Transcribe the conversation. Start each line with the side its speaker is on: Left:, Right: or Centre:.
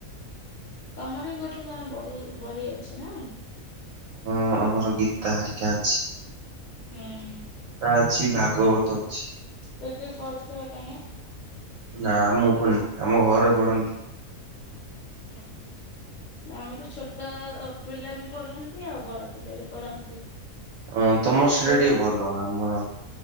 Left: ତମର ବି ଗୋଟେ ଜଣେ ବଉ ବହି ଅଛି ନା।
Right: ହଁ ଆମର ଗୀତା ହରିକା ଅଛି।
Left: ହୁଁଁହୁଁ।
Right: ତା ଅଛି ଭାଗବତ ଅଛି।
Left: ସେଇଠି ପଢୁଥିବ ତମେ?
Right: ନା ମୁଁ ପଡନି ଆମ ଘରେ ପଢ଼ନ୍ତି।
Left: <inaudible> ନା ଆମର ଛୋଟ ପିଲା ବି ପଢନ୍ତି ଆଉ ବଡ ପିଲା ବି ପଢନ୍ତି।
Right: ହଁ ତମର ସେଟା
Left: ବୁଢା
Right: ଟିକେ ଭଲ ଆମର